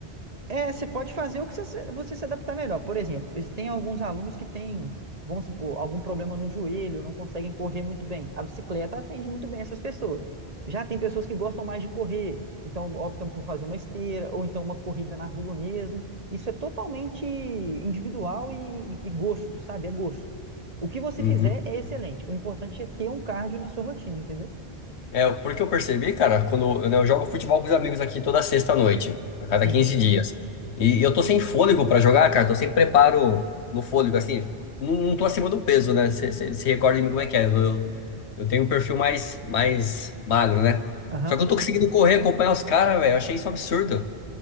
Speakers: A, on the right; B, on the left.
A: É, você pode fazer o que você, se- você se adaptar melhor. Por exemplo, esse- tem alguns alunos que têm, vamos supor, algum problema no joelho, não conseguem correr muito bem. A bicicleta atende muito bem essas pessoas. Já tem pessoas que gostam mais de correr, então optam por fazer uma esteira ou então uma corrida na rua mesmo. Isso é totalmente individual e, e gosto, sabe? É gosto. O que você
B: Uhum.
A: fizer é excelente. O importante é ter um cardio na sua rotina, entendeu?
B: É, porque eu percebi, cara, quando eu, né, eu jogo futebol com os amigos aqui toda sexta à noite, a cada
A: Sim.
B: 15 dias. E eu tô sem fôlego pra jogar, cara, tô sem preparo no fôlego, assim, não, não tô acima do peso, né? Você se recorda de mim como é que é? Eu, eu eu tenho um perfil mais, mais magro, né?
A: Aham.
B: Só que eu tô conseguindo correr, acompanhar os caras, velho, eu achei isso um absurdo.